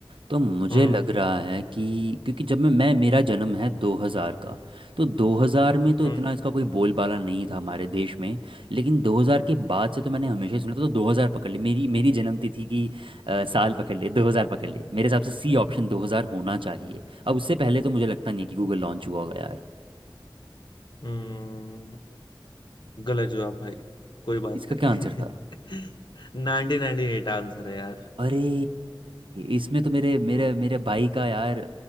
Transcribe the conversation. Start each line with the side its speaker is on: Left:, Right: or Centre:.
Right: तो मुझे
Left: हम्म
Right: लग रहा है कि क्योंकि जब मैं मैं मेरा जन्म है 2000 का तो 2000 में तो
Left: हम्म
Right: इतना इसका कोई बोलबाला नहीं था हमारे देश में लेकिन 2000 के बाद से तो मैंने हमेशा ही सुना था तो 2000 पकड़ ले मेरी मेरी जन्मतिथि की थी कि साल पकड़ ले 2000 पकड़ ले मेरे हिसाब से सी ऑप्शन 2000 होना चाहिए अब उससे पहले तो मुझे लगता नहीं है कि गूगल लॉन्च हुआ होगा यार
Left: हम्म, गलत जवाब भाई कोई बात
Right: इसका
Left: नहीं
Right: क्या आंसर था?
Left: <laughs> 1998 आंसर है यार
Right: अरे इसमें तो मेरे मेरे
Left: हम्म,
Right: मेरे भाई का यार